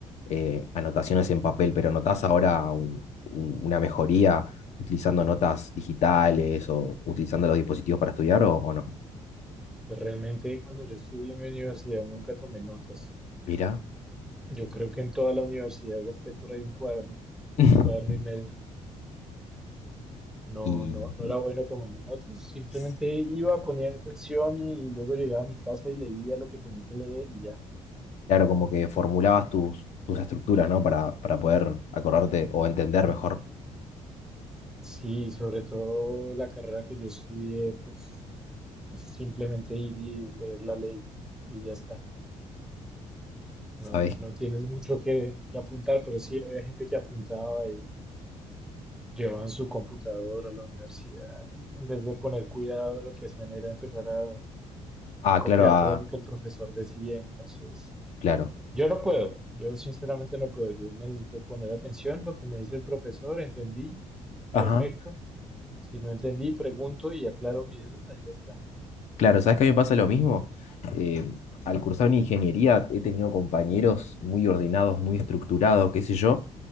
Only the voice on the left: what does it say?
eh, anotaciones en papel, pero ¿notás ahora un- un- una mejoría utilizando notas digitales o utilizando los dispositivos para estudiar o, o no?
mira
<laughs>
Y
s-
claro, como que formulabas tus, tus estructuras, ¿no? Para, para poder acordarte o entender mejor,
¿sabes?
Ah,
claro, ah,
claro.
Ajá.
Claro, ¿sabes que a mí me pasa lo mismo? Eh, al cursar una ingeniería he tenido compañeros muy ordenados, muy estructurados, qué sé yo,